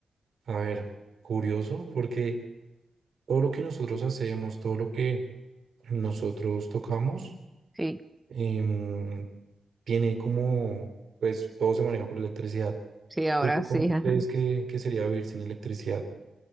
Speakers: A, on the right; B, in the centre.
A: a ver, curioso porque todo lo que nosotros hacemos, todo lo que nosotros tocamos,
B: Sí,
A: em, tiene como, pues todo se maneja por electricidad.
B: sí, ahora
A: ¿Tú cómo
B: sí.
A: crees
B: <laughs> ajá.
A: que, que sería vivir sin electricidad?